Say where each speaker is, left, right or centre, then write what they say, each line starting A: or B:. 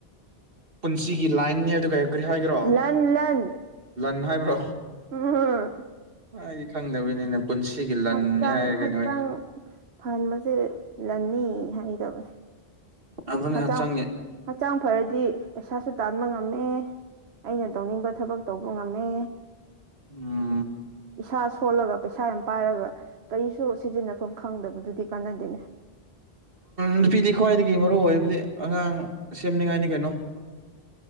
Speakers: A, on the right; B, on the right.
A: ꯄꯨꯟꯁꯤꯒꯤ ꯂꯥꯏꯟꯅꯤ ꯑꯗꯨ ꯀꯔꯤ ꯀꯔꯤ ꯍꯥꯏꯈ꯭ꯔꯣ
B: ꯂꯟ ꯂꯟ
A: ꯂꯟ ꯍꯥꯏꯕ꯭ꯔꯣ
B: ꯎꯝ
A: ꯑꯩ ꯈꯪꯗꯕꯤꯅꯤꯅ ꯄꯨꯟꯁꯤꯒꯤ ꯂꯟꯅꯤ
B: ꯍꯛꯆꯥꯡ
A: ꯍꯥꯏꯔꯒꯦꯅꯦꯣꯏꯅ
B: ꯍꯛꯆꯥꯡ ꯐꯍꯟꯕꯁꯦ ꯂꯅꯤ ꯍꯥꯏꯗꯕꯅꯦ
A: ꯑꯗꯨꯅꯦ
B: ꯍꯛꯆꯥꯡ
A: ꯍꯛꯆꯥꯡꯒꯤ
B: ꯍꯛꯆꯥꯡ ꯐꯔꯗꯤ ꯄꯩꯁꯥꯁꯨ ꯇꯥꯟꯕ ꯉꯝꯃꯦ ꯑꯩꯅ ꯇꯧꯅꯤꯡꯕ ꯊꯕꯛ ꯇꯧꯕ ꯉꯝꯃꯦ
A: ꯎꯝ
B: ꯏꯁꯥ ꯁꯣꯜꯂꯒ ꯄꯩꯁꯥ ꯌꯥꯝ ꯄꯥꯏꯔꯒ ꯀꯔꯤꯁꯨ ꯁꯤꯖꯤꯟꯅꯐꯝ ꯈꯪꯗꯕꯗꯨꯗꯤ ꯀꯥꯟꯗꯅꯦ
A: ꯅꯨꯄꯤꯗꯤ ꯈ꯭ꯋꯥꯏꯗꯒꯤ ꯃꯔꯨ ꯑꯣꯏꯔꯕꯗꯤ ꯑꯉꯥꯡ ꯁꯦꯝꯅꯤꯡꯉꯥꯏꯅꯤ ꯀꯩꯅꯣ